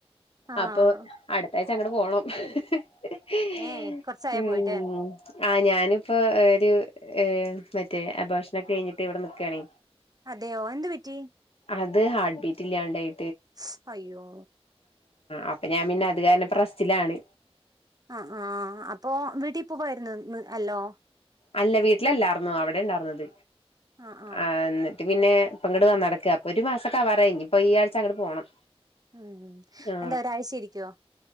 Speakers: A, on the right; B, on the left.
A: ആഹ്
B: അപ്പൊ അടുത്തഴ് കആങ്ങട്ട് പോണം ഹിഹ്ഹ്
A: ഏ കൊറച്ചായോ
B: ഉം
A: പോയിട്ട്
B: ആഹ് ഞാനിപ്പോ ഒരു ഏ മറ്റേ അപോർഷനൊക്കെ കഴിഞ്ഞിട്ട് ഇവിടെ നിക്കാണെ
A: അതെയോ എന്ത് പറ്റി
B: അത് ഹാർട്ട് ബീറ്റ് ഇല്ലാണ്ടായി
A: സ് അയ്യോ
B: അപ്പൊ ഞാൻ പിന്നെ അത് കാരണം പ്പ റസ്റ്റ്‌ലാണ്
A: ആ ആഹ അപ്പൊ വീട്ടിപ്പൊ വരുന്ന് ന്ന്ന് അല്ലോ
B: അല്ല വീട്ടിലല്ലായിർന്നു അവിടെ ഇണ്ടായിർന്നത്
A: ആഹ് ആഹ്
B: ആ പിന്നെ ഇപ്പോ ഇങ്ങട്ട് വന്ന നടക്ക ഇപ്പൊ ഒരു മാസൊക്കെ അവാറായി ഇഞ്ഞി ഇപ്പൊ ഈ ആഴ്ച അങ്ങട്ട പോണം
A: ഉം
B: ആ
A: എന്താ ഒരാഴ്ച ഇരിക്കോ